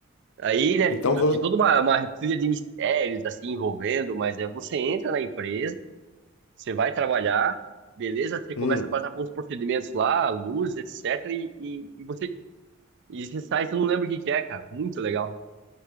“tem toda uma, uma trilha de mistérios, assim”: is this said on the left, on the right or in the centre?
Right